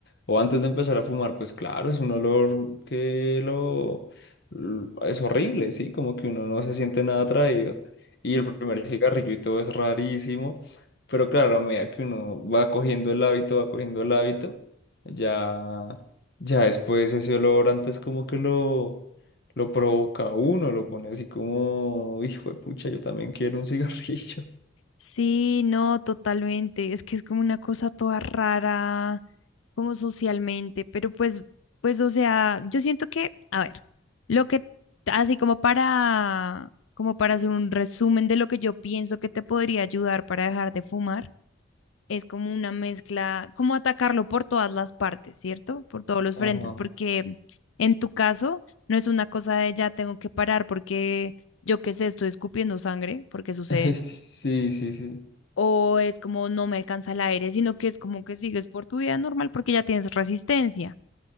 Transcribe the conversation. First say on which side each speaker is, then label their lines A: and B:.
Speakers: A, on the left; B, on the left.
A: o antes de empezar a fumar, pues claro, es un olor que lo, l- es horrible, ¿sí? Como que uno no se siente nada atraído, y el primer cigarrillo y todo es rarísimo, pero claro, a medida que uno va cogiendo el hábito, va cogiendo el hábito, ya, ya después ese olor antes como que lo lo provoca a uno, lo pone así como, hijo de pucha, yo también quiero un cigarrillo.
B: Sí, no, totalmente. Es que es como una cosa toda rara, como socialmente, pero pues, pues, o sea, yo siento que, a ver, lo que, así como para, como para hacer un resumen de lo que yo pienso que te podría ayudar para dejar de fumar, es como una mezcla, como atacarlo por todas las partes, ¿cierto? Por todos los
A: Ajá.
B: frentes, porque en tu caso no es una cosa de ya tengo que parar porque yo qué sé, estoy escupiendo sangre, porque sucede
A: <laughs> sí, sí, sí,
B: o es como no me alcanza el aire, sino que es como que sigues por tu vida normal porque ya tienes resistencia.